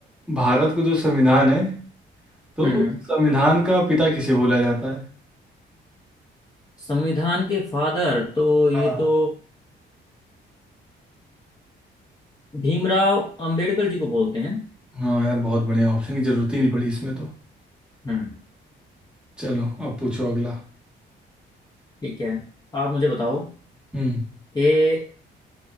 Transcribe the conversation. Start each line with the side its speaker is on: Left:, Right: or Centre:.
Centre: भारत का जो संविधान है तो
Left: हम्म
Centre: उस
Left: हम्म,
Centre: संविधान का पिता किसे बोला जाता है
Left: संविधान के फादर तो ये
Centre: हाँ
Left: तो भीमराव अंबेडकर जी को बोलते हैं ना?
Centre: हाँ यार बहुत बढ़िया ऑप्शन की जरूरत ही नहीं पड़ी इसमें तो
Left: हम्म
Centre: चलो अब पूछो अगला
Left: ठीक है आप मुझे बताओ
Centre: हम्म
Left: कि